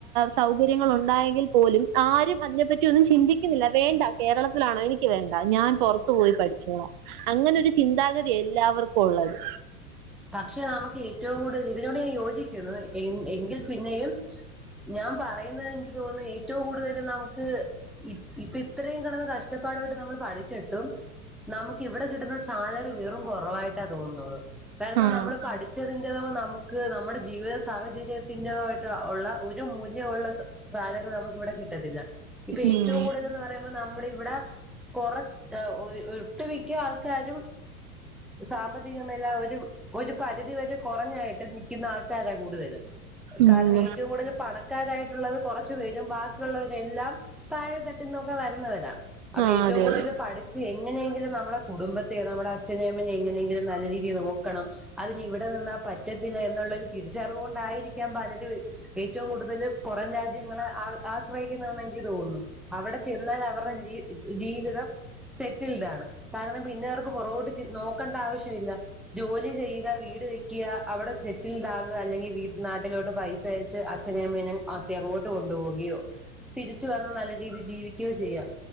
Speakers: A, on the right; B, in the centre.
A: സൗകര്യങ്ങൾ ഒണ്ടായെങ്കിൽ പോലും ആരും അതിനെപ്പറ്റി ഒന്നും ചിന്തി ചിന്തിക്കുന്നില്ല വേണ്ട കേരളത്തിലാണോ. എനിക്ക് വേണ്ട ഞാൻ പൊറത്തു പോയി പഠിച്ചോളാ. അങ്ങനെ ഒരു ചിന്താഗതിയാ എല്ലാവർക്കും ഒള്ളത്
B: പക്ഷെ നമക്ക് ഏറ്റവും കൂടുതൽ ഇതിനോട് ഞാൻ യോജിക്കുന്നു എ എങ്കിൽ പിന്നെയും ഞാൻ പറയുന്നതെനിക്ക് തോന്ന്ന്നു. ഏറ്റവും കൂടുതലും നമുക്ക് ഇപ്പ ഇപ്പ ഇത്രയും കെടന്ന് കഷ്ടപ്പാട്പ്പെട്ട് നമ്മൾ പഠിച്ചിട്ടും നമുക്ക് ഇവിടെ കിട്ടുന്ന സാലറി വെറും കൊറവായിട്ടാ തോന്നുന്നുള്ളൂ കാരണം
A: ആഹ്
B: നമ്മള് പഠി പഠിച്ചതിന്റതോ നമുക്ക് നമ്മുടെ ജീവിത സാഹചര്യത്തിന്റതോ ആയിട്ട് ഉള്ള ഒരു മൂല്യൊള്ളാ സാലറി നമുക്ക് ഇവിടെ കിട്ടത്തില്ല ഇപ്പൊ
A: ഉം
B: ഏറ്റവും കൂടുതൽന്ന് പറയുമ്പോ നമ്മ്ട ഇവിട കൊറ ഒ ഒട്ടുമിക്ക ആൾക്കാരും സാമ്പത്തിക നില ഒരു ഒരു പരിധി വരെ കൊറഞ്ഞായിട്ട് നിക്കുന്ന ആൾക്കാരാ കൂടുതലും
A: ഉം
B: കാരണം ഏറ്റവും കൂടുതൽ പണ ക്കാരായിട്ടുള്ളത് കൊറച്ചു പേരും ബാക്കിയുള്ളവരെല്ലാം- താഴെ തട്ടുന്നൊക്കെ വരുന്നവരാ അപ്പൊ
A: ആഹ്
B: ഏറ്റവും
A: അതെ
B: കൂടുതൽ
A: അതെ
B: പഠിച്ച് എങ്ങനെങ്കിലും നമ്മള കുടുംബത്തെയും നമ്മുടെ അച്ഛനേം അമ്മേനേം എങ്ങനെയെങ്കിലും നല്ല രീതിയിൽ നോക്കണം- അതിന് ഇവിടെ നിന്നാ പറ്റത്തില്ല എന്നുള്ളൊരു തിരിച്ചറിവ് കൊണ്ടായിരിക്കാം പലരും ഏറ്റവും കൂടുതൽ കൂടുതല് പൊറം രാജ്യങ്ങളെ ആ ആശ്രയിക്കുന്നെന്ന് എനിക്ക് തോന്നുന്നു അവിടെ ചെന്നാലവർടെ ജീ ജീവിതം സെറ്റിൽഡ് ആണ് കാരണം പിന്നെ അവർക്ക് പുറോട്ട് ച്ചി നോക്ക ക്കണ്ട ആവശ്യമില്ല ജോലി. ചെയ്യുക വീട് വെക്കുക, അവിടെ സെറ്റിൽ ആകുക അല്ലെങ്കിൽ വീ നാട്ടിലോട്ട് പൈസ അയച്ച്. അച്ഛനേ അമ്മേനേം ആത്തി അങ്ങോട്ട് കൊണ്ടുപോകുകയോ തിരിച്ചു വന്ന് നല്ല രീതിൽ ജീവിക്കുകയോ ചെയ്യാം.